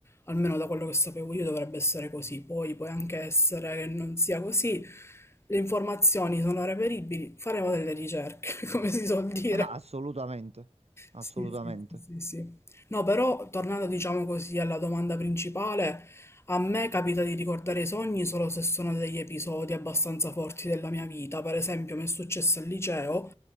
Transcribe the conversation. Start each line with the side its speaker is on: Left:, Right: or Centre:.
Left: Almeno da quello che sapevo io dovrebbe essere così. Poi può anche essere che non sia così. Le informazioni sono reperibili, faremo delle ricerche, <laughs> come si suol dire.
Right: Ah, assolutamente, assolutamente.
Left: Sì, sì, sì, sì, sì. No, però tornando, diciamo così, alla domanda principale, a me capita di ricordare i sogni solo se sono degli episodi abbastanza forti della mia vita. Per esempio, mi è successo al liceo,